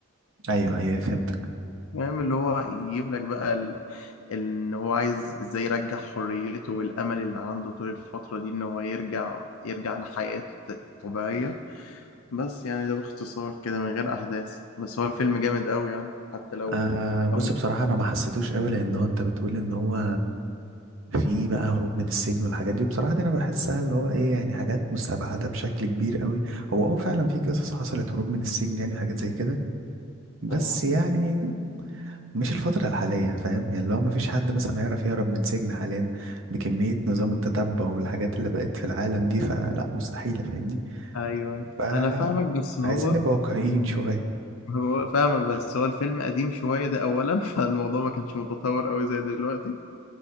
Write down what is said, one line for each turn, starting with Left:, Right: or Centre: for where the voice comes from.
Right: ايوه ايوه فهمتك
Left: فاهم اللي هو يجيب لك بقى ال... ان هو عايز ازاي يرجع حريته والامل اللي عنده طول الفترة دي ان هو يرجع يرجع لحياته الط- الطبيعية بس يعني ده باختصار كده من غير احداث بس هو الفيلم جامد قوي يعني حتى لو
Right: آه بص
Left: لو
Right: بصراحة أنا ما حسيتوش قوي لأن هو أنت بتقول إن هو في بقى هروب من السجن والحاجات دي وبصراحة دي أنا بحسها اللي هو إيه يعني حاجات مستبعدة بشكل كبير قوي هو أه فعلا في قصص حصلت هروب من السجن يعني حاجات زي كده بس
Left: اه
Right: يعني مش الفترة الحالية فاهم يعني اللي هو ما فيش حد مثلا هيعرف يهرب من سجن حاليا بكمية نظام التتبع والحاجات اللي بقت في العالم دي فلا مستحيلة فاهمني
Left: ايوه ايوه
Right: ف
Left: انا فاهمك بس هو
Right: عايزين نبقى واقعيين <laughs> شوية
Left: هو فاهمك بس هو الفيلم قديم شوية ده اولا <laughs> فالموضوع ما كانش متطور قوي زي دلوقتي